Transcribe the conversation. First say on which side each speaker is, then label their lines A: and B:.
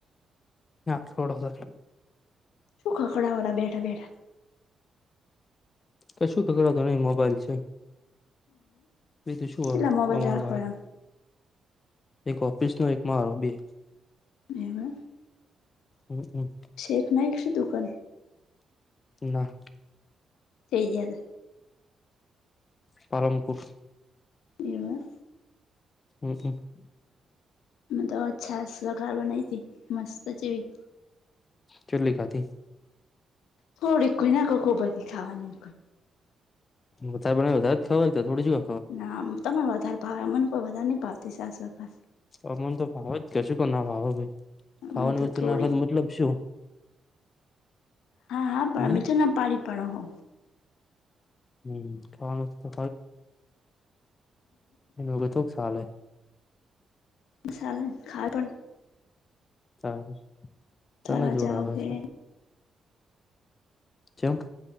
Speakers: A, on the left; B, on the left.
A: હા થોડા સર
B: શું કકડાવાડા બેા બેડા
A: ક શું ખબરાતોું નહી મોબાઈલ છે, બી તોું શુ
B: કેટલા મોબાઈલ
A: અમાર
B: રાખો એમ
A: એક ઓફિસ નો એક મા હોબી
B: એવુ
A: હમ્મ હમ્મ
B: શેઠ નાક શું દુકાન
A: ના
B: થયે
A: પારમપુર
B: એવ
A: હમ્મ હમ્મ
B: મ તો અચ્છા સગાર બનાવી હતી મસ્ત છે, ભી
A: ચુલ્લી ખાતી
B: થોડીક કોઈ ના બધી ખાવાની
A: મથા બનાવે વધારે જ ખાવાય તોડી
B: ના તમને વધારે ભાવે મને કોઈ વધારે નહી પાવતી સાસ વખાસ
A: હ મને તો ભાવે જ કેશું કે ના ભાવો ભાઈ ખાવાની
B: મને તો
A: વસ્તુ
B: થોડીક
A: નાખવા મતલબ શુ
B: હા હા
A: હમ
B: તો ના પાડી પણડો હો
A: હમ ખવાનુંસ્ તો એનો <unintelligible>
B: <unintelligible>
A: સાર તને
B: તારા
A: જોર
B: જાવ
A: આવે
B: હે
A: છે ચેમ?